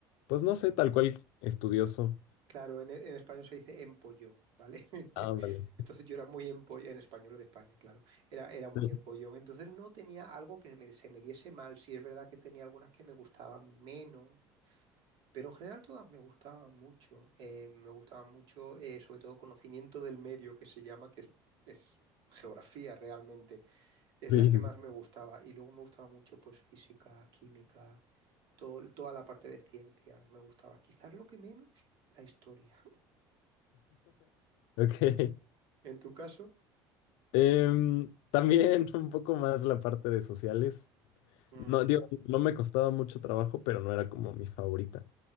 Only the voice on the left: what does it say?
pues no sé, tal cual estudioso.
Ah, vale.
<laughs>
Sí,
sí.
<laughs> sí.
Ok.
Em, también un poco más la parte de sociales.
No, digo, no me costaba mucho trabajo, pero no era como mi favorita.